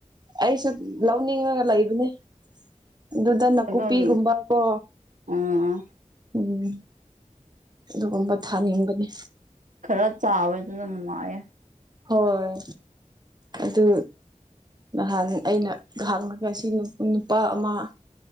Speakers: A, on the right (about 35°); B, on the right (about 80°).
A: ꯑꯩꯁꯨ ꯂꯧꯅꯤꯡꯉꯒ ꯂꯩꯕꯅꯤ꯫ ꯑꯗꯨꯗ ꯅꯥꯀꯨꯞꯄꯤꯒꯨꯝꯕ
B: ꯑꯗꯨꯝ
A: ꯀꯣ
B: ꯎꯝ
A: ꯎꯝ ꯑꯗꯨꯒꯨꯝꯕ ꯊꯥꯅꯤꯡꯕꯅꯦ꯫
B: ꯈꯔ ꯆꯥꯎꯋꯦ ꯑꯗꯨꯅ ꯅꯨꯡꯉꯥꯏꯌꯦ꯫
A: ꯍꯣ ꯍꯣꯏ ꯑꯗꯨ ꯉꯍꯥꯟ ꯑꯩꯅ ꯍꯥꯡꯉꯒ ꯁꯤ ꯅꯨꯄꯥ ꯑꯃ